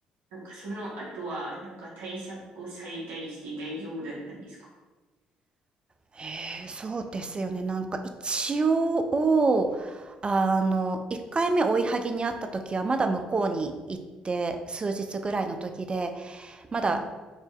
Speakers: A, on the right; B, on the right.
A: なんかその後は、なんか対策をされたりして大丈夫だったんですか
B: へえ、そうですよね。なんか一応、あの、1回目追いはぎにあった時はまだ向こうに行って数日ぐらいの時で、まだ
A: うん